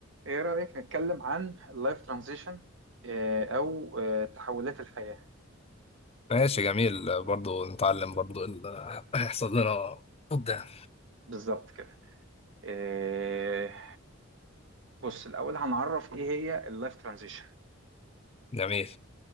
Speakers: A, on the right; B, on the left.
A: ايه رأيك نتكلم عن اللايف ترانزيشن او آه، تحولات الحياة
B: ماشي جميل برضو نتعلم برضو اللي هيحصل لنا <laughs> قدام
A: بالظبط كده آه، بص الاول هنعرف ايه هي اللايف ترانزيشن
B: جميل